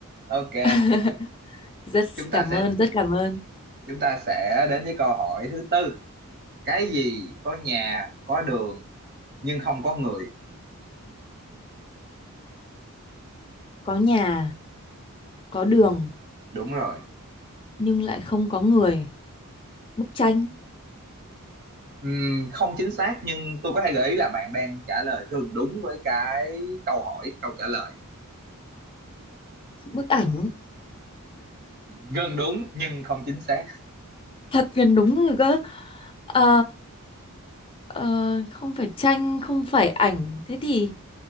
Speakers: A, on the right; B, on the left.
A: ok
B: <laughs> rất
A: chúng ta
B: cảm
A: sẽ
B: ơn rất cảm ơn
A: chúng ta sẽ đến với câu hỏi thứ tư cái gì có nhà có đường nhưng không có người
B: có nhà có đường
A: đúng rồi
B: nhưng lại không có người bức tranh
A: Ừm, không chính xác nhưng tôi có thể gợi ý là bạn đang trả lời gần đúng với cái câu hỏi câu trả lời
B: bức ảnh
A: gần đúng nhưng không chính xác
B: thật gần đúng rồi cơ Ờ, ờ, không phải tranh không phải ảnh thế thì